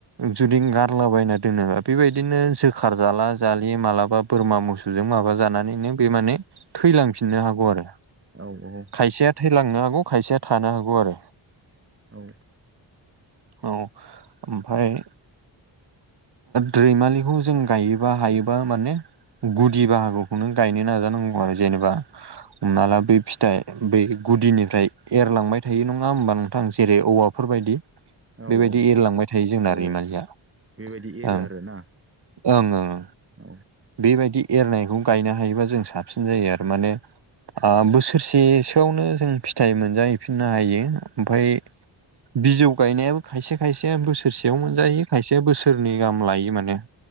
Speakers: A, on the right (about 55°); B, on the right (about 25°).
A: जुदि गारलाबायायना दोनोबा बेबायदिनो जोखार जाला जालि मालाबा बोरमा मोसौजों माबा जानानैनो बे माने थैलांफिननो हागौ आरो
B: औ औ।
A: खायसेया थैलांनो हागौ खायसेया थानो हागौ आरो।
B: औ।
A: औ ओमफाय। दैमालिखौ जों गायोबा हायोबा माने। गुदि बाहागोखौनो गायनो नाजानांगौ आरो जेनेबा हमना ला बै फिथाइ बै गुदिनिफ्राय एरलांबाय थायो नङा होमबा नोंथां जेरै औवाफोरबायायदि
B: औ औ
A: बेबायदि एरलांबाय थायो जोंना
B: अ
A: रैमालिया
B: बेबायदि एरो
A: ओं
B: आरोना
A: ओंं ओं।
B: औ।
A: बेबायदि एरनायखौ गायनो हायोबा जों साबसिन जायो आरो माने बोसोरसेसोआवनो जों फिथाइ मोनजाहैफिननो हायो ओमफाय बिजौ गायनायाबो खायसे खायसे बोसोरसेयाव मोनजायो खायसे बोसोरनै गाहाम लायो माने।